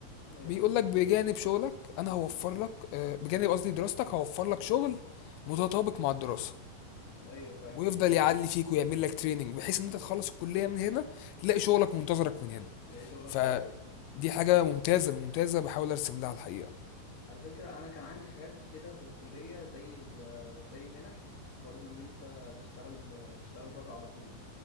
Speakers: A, on the left (about 30°); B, on the left (about 90°).
A: ايوه
B: بيقول لك بجانب شغلك انا هوفر لك آه، بجانب قصدي دراستك هوفر لك شغل متطابق مع الدراسة
A: ايوه فاهم
B: ويفضل يعلي فيك ويعمل لك تريننج بحيث ان انت تخلص الكليه من هنا تلاقي شغلك منتظرك من هنا
A: تلاقي شغلك
B: فدي
A: على طول
B: حاجه ممتازه ممتازه بحاول ارسم لها الحقيقه
A: على فكرة أنا كان عندي حاجات كده في الكلية زي ال زي منح برضو إن أنت تشتغل تشتغل بره على طول